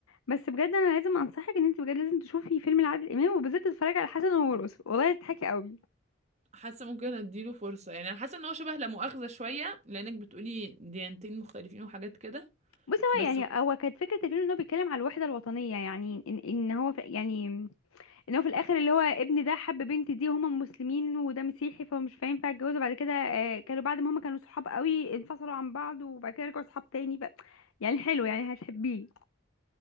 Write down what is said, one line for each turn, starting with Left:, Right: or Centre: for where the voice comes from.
Left: بس بجد انا لازم انصحك ان انت بجد لازم تشوفي فيلم لعادل امام وبالذات تتفرجي على حسن ومرقص والله تضحكي قوي
Right: حاسه ممكن اديله فرصه يعني انا حاسه ان هو شبه لا مؤاخذه شويه لانك بتقولي ديانتين مختلفين وحاجات كده
Left: بصي هو
Right: بس
Left: يعني هو كانت فكره الفيلم ان هو بيتكلم على الوحده الوطنيه يعني ان, إن هو ف... يعني ان هو في الاخر اللي هو ابن ده حب بنت دي وهما مسلمين وده مسيحي فمش هينفع يتجوزوا بعد كده آه، كانوا بعد ما هما كانوا صحاب قوي انفصلوا عن بعض وبعد كده رجعوا صحاب تاني بقى يعني حلو يعني هتحبيه